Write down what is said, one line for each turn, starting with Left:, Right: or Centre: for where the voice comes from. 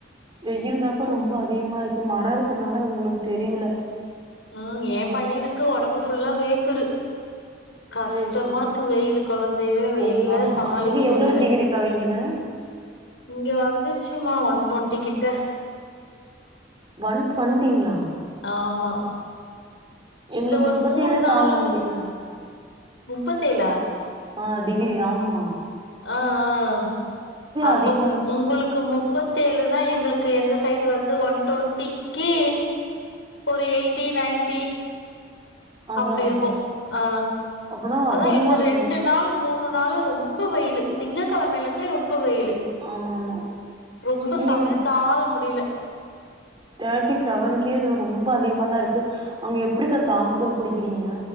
Right: வெயில் தாக்கா ரொம்ப அதிகமா இருக்கு மர இருக்கிறனால உங்களுக்கு தெரியில
Left: ம் எ பையனுக்கு ஒடம்பு ஃபுல்லா வேக்குரு கஷ்டமா
Right: வேகுது
Left: இருக்கு வெயில் குழந்தைவே வெயில்ல
Right: ஆமா
Left: சமாளிக்க
Right: அங்க எவ்ளோ
Left: முடில
Right: டிகிரிக்கா வெயிலு
Left: இங்க வந்துருச்சுமா ஒன் டுவெண்ட்டி கிட்ட
Right: ஒன் டுவண்டிங்களா
Left: ஆமா
Right: எங்களுக்கு
Left: இந்த ஒரு
Right: முப்பத்தேழே
Left: மூண் நாளா
Right: தாங்க முடியல
Left: முப்பத்தேலா
Right: ஆ டிகிரி ஆம்மா
Left: ஆ ஆ அ அப்ப
Right: அதிகமா
Left: உ
Right: இருக்கா
Left: உங்குளுக்கு
Right: அங்க?
Left: மு முப்பத்தேழுனா எங்களுக்கு எங்க சைடு வந்து ஒன் டவெண்ட்டிக்கு ஒரு எயிட்டி நைன்டி
Right: அதா
Left: அப்டி
Right: அதா
Left: இருக்கு ஆ
Right: அப்பனா
Left: அதா
Right: அதிகமா
Left: இந்த
Right: இருக்குமே
Left: ரெண்டு நாள் மூணு நாள் ரொம்ப வெயிலு திங்க கிழமையிலிருந்தே ரொம்ப வெயிலு
Right: ஆமா ஆமா
Left: ரொம்ப
Right: இங்க
Left: சமயத்தால முடியல
Right: தேர்ட்டி செவனுக்கே இன்னு ரொம்ப அதிகமாக தா இருக்கு அங்கே எப்டிக்கா தாங்க பிடிக்கிறீங்க